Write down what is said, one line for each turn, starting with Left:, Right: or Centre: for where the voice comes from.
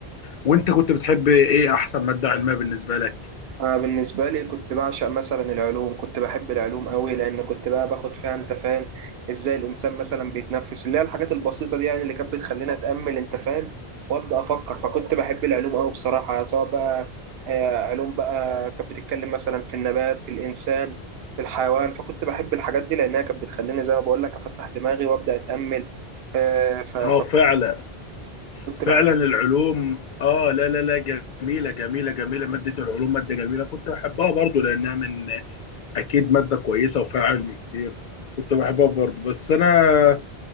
Left: وأنت كنت بتحب إيه أحسن مادة علمية بالنسبة لك؟
Right: أنا بالنسبة لي كنت بعشق مثلا العلوم كنت بحب العلوم قوي لأن كنت بقى باخد فيها أنت فاهم إزاي الإنسان مثلا بيتنفس اللي هي الحاجات البسيطة دي يعني اللي كانت بتخليني أتأمل أنت فاهم وأبدأ أفكر فكنت بحب العلوم قوي بصراحة سواء بقى آه، علوم بقى كانت بتتكلم مثلا في النبات في الإنسان في الحيوان فكنت بحب الحاجات دي لأنها كانت بتخليني زي ما بقول لك أفتح دماغي وأبدأ أتأمل آه، ف- فكنت
Left: آه فعلا فعلا
Right: بحب
Left: العلوم اه لا لا لا جميله جميله جميله ماده العلوم ماده جميله كنت بحبها برضو لانها من اكيد ماده كويسه وفيها علم كتير كنت بحبها برضو بس انا